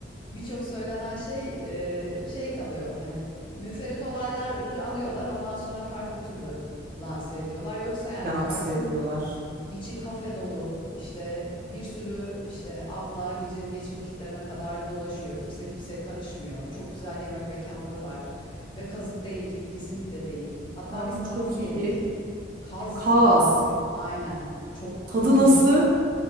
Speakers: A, on the left (about 25°); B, on the right (about 45°).
A: Birçok söylenen şey e, şey kalıyor hani müferit olayları alıyorlar ondan sonra farklı türlü lanse ediyorlar. Yoksa yani
B: Lanse
A: Kars'ın
B: ediyorlar.
A: İçi kafe dolu işte bir sürü işte abla gecenin geç vakitlerine kadar dolaşıyor. Kimse kimseye karışmıyor. Çok güzel yemek mekanları var. Ve kazık değil. Kesinlikle değil. Hatta
B: Aa,
A: biz kaz
B: çok
A: yedik.
B: iyi.
A: Kaz
B: Kaz.
A: ilk defa yedim. Aynen. Çok
B: Tadı
A: ünlüymüş.
B: nasıl?